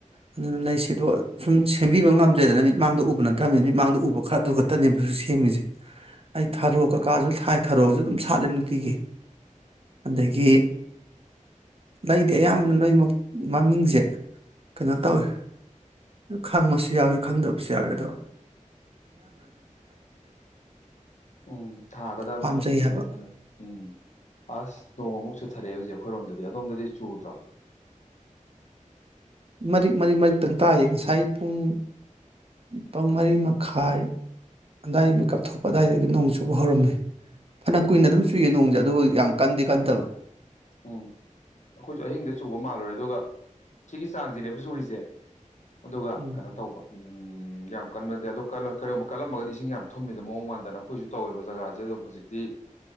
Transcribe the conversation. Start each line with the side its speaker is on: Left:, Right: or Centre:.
Right: ꯑꯗꯨꯅ ꯂꯩꯁꯤꯗꯣ ꯁꯨꯝ ꯁꯦꯝꯕꯤꯕ ꯉꯝꯗ꯭ꯔꯦꯗꯅ ꯃꯤ ꯃꯥꯡꯗ ꯎꯕ ꯅꯠꯇ꯭ꯔꯕ ꯃꯤꯅ ꯃꯤꯠꯃꯥꯡꯗ ꯎꯕ ꯈꯔ ꯑꯗꯨ ꯈꯛꯇꯅꯦꯕ ꯁꯦꯝꯃꯤꯁꯦ ꯑꯩ
Left: ꯎꯝ
Right: ꯊꯥꯔꯨ ꯀꯥꯖ ꯊꯥꯏ ꯊꯔꯣꯁꯨ ꯑꯗꯨꯝ ꯁꯥꯠꯂꯦ ꯅꯨꯡꯇꯤꯒꯤ ꯑꯗꯒꯤ ꯂꯩꯗꯤ ꯑꯌꯥꯝꯕꯅ ꯂꯣꯏ ꯃꯃꯤꯡꯁꯦ ꯀꯩꯅꯣ ꯇꯧꯋꯦ ꯈꯪꯕꯁꯨ ꯌꯥꯎꯋꯤ ꯈꯪꯗꯕ ꯁ ꯌꯥꯒꯦꯗꯣ
Left: ꯎꯝ ꯊꯥꯒꯗꯕꯅꯦ
Right: ꯄꯥꯝꯖꯩ
Left: ꯍꯥꯏꯡ
Right: ꯍꯥꯏꯕ
Left: ꯐꯖ ꯎꯝ ꯑꯁ ꯅꯣꯡꯃꯨꯛ ꯆꯨꯊꯔꯛꯑꯦ ꯍꯧꯖꯤꯛ ꯑꯩꯈꯣꯏꯔꯣꯝꯗꯗꯤ ꯑꯗꯣꯝꯗꯗꯤ ꯆꯨꯗ꯭ꯔꯥ
Right: ꯃꯔꯤꯛ ꯃꯔꯤꯛ ꯃꯔꯤꯛꯇꯪ ꯇꯥꯏꯌꯦ ꯉꯁꯥꯏ ꯄꯨꯡ ꯄꯨꯡ ꯃꯔꯤ ꯃꯈꯥꯏ ꯑꯗꯨꯋꯥꯏꯗꯒꯤ ꯀꯥꯞꯊꯣꯛꯄ ꯑꯗꯨꯋꯥꯏꯗꯒꯤ ꯅꯣꯡ ꯆꯨꯕ ꯍꯧꯔꯝꯃꯦ ꯐꯅ ꯀꯨꯏꯅ ꯑꯗꯨꯝ ꯆꯨꯏꯌꯦ ꯅꯣꯡꯁꯦ ꯑꯗꯨꯕꯨ ꯌꯥꯝ ꯀꯟꯗꯤ ꯀꯟꯗꯕ
Left: ꯎꯝ ꯑꯩꯈꯣꯏꯁꯨ ꯑꯍꯤꯡꯗ ꯆꯨꯕ ꯃꯥꯜꯂꯨꯔꯦ ꯑꯗꯨꯒ ꯁꯤꯒꯤ ꯆꯥꯡꯁꯤꯅꯦꯕ ꯆꯨꯔꯤꯁꯦ ꯑꯗꯨꯒ
Right: ꯎꯝ
Left: ꯀꯩꯅꯣ ꯇꯧꯕ ꯎꯝ ꯎꯝ ꯌꯥꯝ ꯀꯟꯕ ꯅꯠꯇꯦ ꯑꯗꯨ ꯀꯜ ꯀꯔꯤꯒꯨꯝꯕ ꯀꯜꯂꯝꯃꯒꯗꯤ ꯏꯁꯤꯡ ꯌꯥꯝ ꯊꯨꯝꯅꯤꯗ ꯃꯑꯣꯡ ꯃꯥꯟꯗꯅ ꯑꯩꯈꯣꯏꯁꯨ ꯇꯧꯋꯦꯕ ꯖꯒꯥꯁꯦ ꯑꯗꯨꯝ ꯍꯧꯖꯤꯛꯇꯤ